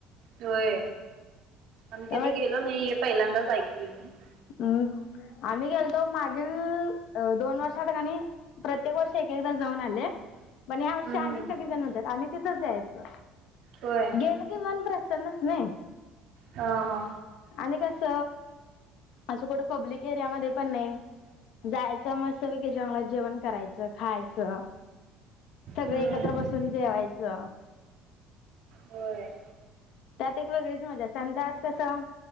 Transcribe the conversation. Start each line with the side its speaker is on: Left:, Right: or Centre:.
Right: होय. आम्ही
Left: त्यामुळे
Right: कधी गेलो नाही हे पहिल्यांदाच <unintelligible>
Left: हम् आम्ही गेलतो मागील दोन वर्षात कणी प्रत्येक वर्षी एकेकदा जाऊन आले. पण ह्या वर्षी
Right: हम्म
Left: आणि
Right: हम्म.
Left: सगळे जण म्हणत्यात आम्ही तिथं तिथं जायचं.
Right: होय.
Left: गेलं कि मन प्रसन्नच नाही
Right: हा हा.
Left: आणि कस असं कुठं पब्लिक एरियामध्ये पण नाही. जायच मस्त पैकी जंगलात जेवण करायचं, खायचं. सगळे
Right: हम्म
Left: एकत्र बसून जेवायचं.
Right: होय.
Left: त्यात एक वेगळीच मजा अस आणि त्यात कसं